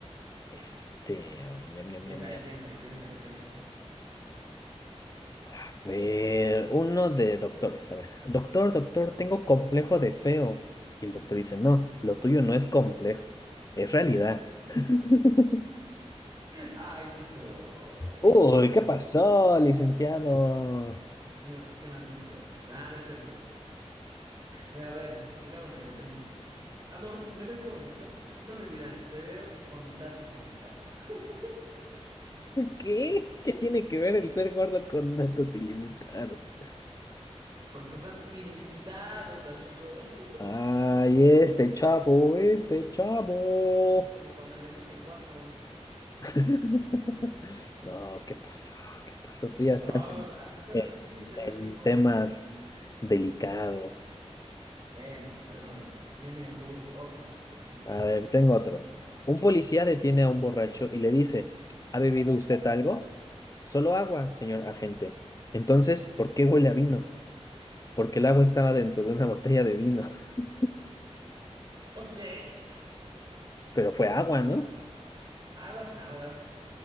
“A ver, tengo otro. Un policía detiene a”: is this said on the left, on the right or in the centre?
Left